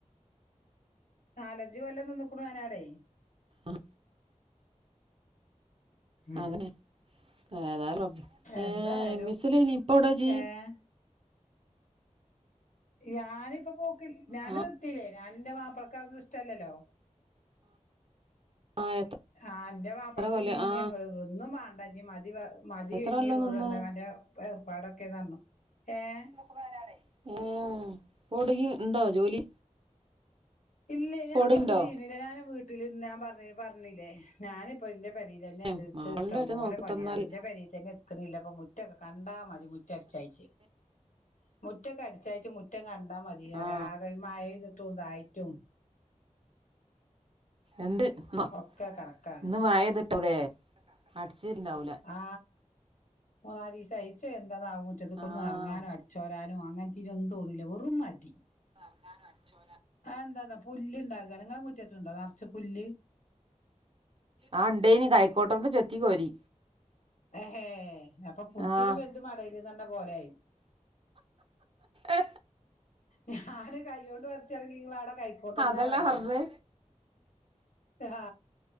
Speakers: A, on the left; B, on the right.
A: നാലഞ്ച് കൊല്ല നിക്കക്കണു ഞാനാടേ
B: ആഹ
A: ഉം
B: അതെ ഏതായാലും ഏഹ
A: എന്തായാലും
B: മിസ്സിലനി ഇപ്പ എവിടാ ജീ
A: ഏഹ് ഞാനിപ്പ പോക്ക ഞാൻ
B: ആ
A: നിർത്തില്ലേ ഞാനിന്റെ മാപ്പിളക്കാരർന്നും ഇഷ്ടമല്ലല്ലോ
B: ആ എത്ര
A: ആഹ എന്റെ മാപ്പിളക്ക
B: കൊല്ലം
A: ഇഞ്ഞ ഇനിങ്ങ
B: ആ
A: ഒന്നും വേണ്ട മതി പറ മതി
B: എത്ര
A: ഇഞ്ഞഴന്തങ്ങന്റെ
B: കൊല്ലം നിന്ന്
A: ഏർപ്പാടൊക്കെ തന്നു ഏഹ
B: ആഹ <unintelligible> ടങ്ങി ഉണ്ടോ ജോലി
A: ഇല്ല
B: ഇപ്പൊ
A: ഞാൻ
B: എവിടേലും
A: ഇപ്പൊന്നും
B: ഉണ്ടോ
A: ചെയ്യുന്നില്ല ഞാൻ വീട്ടിൽ ഇന്ന് ഞാൻ പറ പറഞ്ഞില്ലേ ഞാനി ഇപ്പോ ഇന്റെ പരിയിൽ തന്നെ
B: ഏ
A: എണ്ട്
B: മാപ്പിളന്റെ
A: ഇഷ്ടം
B: ഒച്ച
A: പോലെ
B: നോക്കി
A: പണിയളിന്റെ
B: തന്നാല്
A: പരിയിൽന്നെ എണ മുറ്റൊക്കെ കണ്ടാ മതി മുറ്റ അരച്ചയച്ച് മുറ്റക്കെ അടിച്ചായിട്ട് മുറ്റം കണ്ടാ മതിയറാകെ
B: ആ
A: മയഴ്തിട്ടുംതായിട്ടും
B: എന്ത് ന്ന്
A: ഒക്കെ കണക്കാണ്
B: ഇന്ന് മായത്ട്ടൂലേ. അട്ചേരിണ്ടാവൂല.
A: ആ നാലീസായി. ഇച്ചെന്താണാവോ മുറ്റത്ത്ക്കൊന്നും
B: ആഹ്
A: എർങ്ങാനോ അട്ച്ചോരാനോ അങ്ങൻത്തേനൊന്നും തോന്ന്ല്ല്യ വെറും മടി.
B: ങ്ങാനും അട്ച്ചോരാ
A: ആ എന്താന്നോ പുല്ല്ണ്ടാകാണ് ഇ ങ്ങളെ മുറ്റത്ണ്ടോ ന്നർച്ച്പുല്ല്?
B: ആ ഇണ്ടേനി കൈക്കോട്ടോണ്ട് ചെത്തിക്കോരി.
A: ഹെ ഹേ അപ്പൊ പുട്ച്ചീലും
B: ആഹ്
A: വൽത് മടയിലന്ന പോലായി.
B: ഏ
A: ഞാന് കൈയ്യോട് പർച്ചാണെങ്കി ഇങ്ങളവ്ടെ കൈക്കോടോണ്ടകളി
B: അതല്ല പറഞ്ഞേ
A: ണെ. ആ